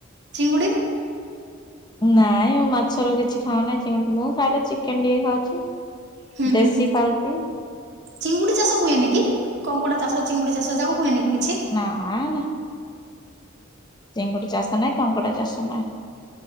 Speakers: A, on the right; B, on the left.
A: ଚିଙ୍ଗୁଡ଼ି?
B: ନାଇଁ ମୁଁ ମାଛର କିଛି ଖାଉ ନାହିଁ। ଚିଙ୍ଗୁଡ଼ି ଫିଙ୍ଗୁଡ଼ି ମୁଁ ଖାଇଲେ ଚିକେନ୍ ଟିକେ ଖାଉଛି।
A: ହୁଁ
B: ଦେଶୀ
A: ହୁଁ ହୁଁ।
B: ଖାଉଛି
A: ଚିଙ୍ଗୁଡ଼ି ଚାଷ ହୁଏନି କି କଙ୍କଡ଼ା ଚାଷ ଚିଙ୍ଗୁଡ଼ି, ଚାଷ ଏଯାକ ହୁଏନି କି କିଛି?
B: ନାଇଁ ନାଇଁ। ଚିଙ୍ଗୁଡ଼ି ଚାଷ ନାଇଁ, କଙ୍କଡ଼ା ଚାଷ ନାଇଁ।